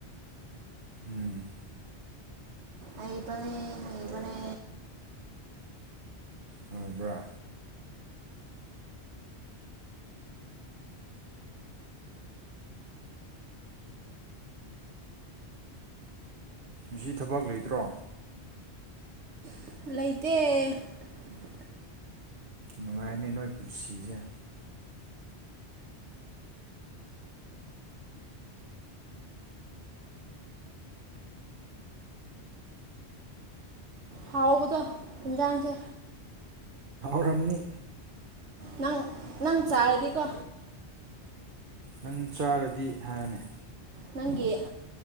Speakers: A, on the right (about 50°); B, on the right (about 85°).
A: ꯎꯝ
B: ꯑꯩꯕꯅꯦ ꯑꯕꯅꯦ
A: ꯍꯣꯏꯗ ꯉ ꯊꯕꯛ ꯂꯩꯇ꯭ꯔꯣ
B: ꯂꯩꯇ
A: ꯅꯨꯡꯉꯥꯏꯅꯤ ꯅꯣꯏ ꯄꯨꯟꯁꯤꯁꯦ
B: ꯍꯥꯎꯕꯗꯣ ꯌꯦꯟꯖꯥꯡꯁꯦ
A: ꯔꯝꯅꯤ
B: ꯅꯪ ꯅꯪ ꯆꯥꯔꯗꯤꯀꯣ
A: ꯅꯪ ꯆꯥꯔꯗꯤ ꯍꯥꯏꯕꯅꯦ
B: ꯅꯪꯒꯤ